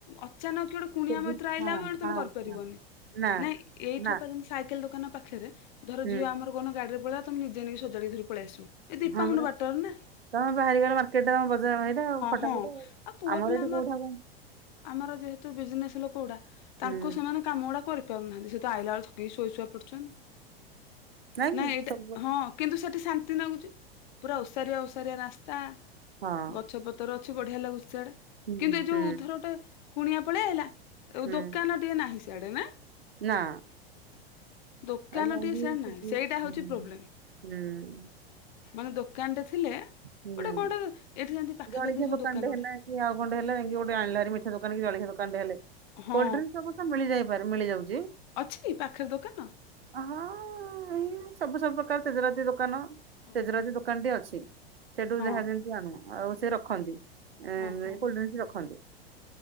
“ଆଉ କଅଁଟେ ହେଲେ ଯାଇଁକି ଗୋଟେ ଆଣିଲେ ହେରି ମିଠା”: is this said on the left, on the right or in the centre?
Right